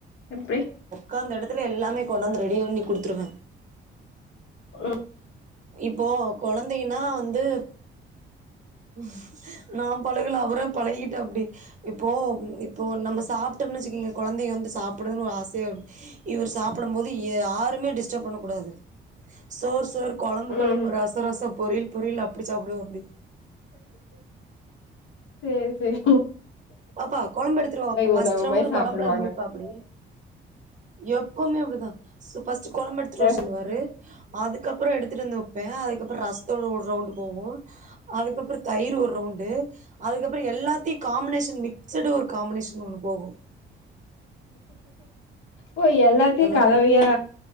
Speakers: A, on the left; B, on the right.
A: அப்டி
B: காந்த எடத்துல எல்லாமே கொண்டாந்து ரெடி பண்ணி குடுத்துருவே
A: ஆஹ்
B: இப்போ கொழந்தைன்னா வந்து உம் நா பழகல அவரா பழகிட்டாப்டி இப்போ இப்போ நம்ப சாப் டம்னு வெச்சுகைங்க கொழந்தைய வந்து சாப்புடுனு ஆசையா இவரு சாப்டம் போது யாருமே டிஸ்டர்ப் பண்ணக்கூடாது சோ கொழம்பு கொழம்பு
A: ம்
B: ரச ரசம் பொறியல் பொறியல் அப்டி சாப்டுவாப்டி
A: சேரி சேரி
B: அப்பா கொழம்பு எடுத்துட்டு வாபா ஃபர்ஸ்ட்
A: உணவுமாய்
B: ரவுண்ட்
A: சாப்டுவாங்க
B: கொழம்புல முடிப்பாப்டி எப்பமே அப்டிதா ஃபர்ஸ்ட்டு கொழம்பு எடுத்துட்டு
A: அ
B: வர சொல்லாரு அதுக்கப்றோ எடுத்து ட்டு வந்து வப்பே அதுகப்றோ ரசதுல ஒரு ரவுண்டு போவு அதுகப்றோ தயிர் ஒரு ரவுண்டு அதுகப் அப்றோ எல்லாத்தையு காமினேஷன் மிக்சடா ஒரு காமினேஷன் ஒன்னு போகு
A: ஏ எல்லாத்தையு
B: ஹலோ
A: கலவயா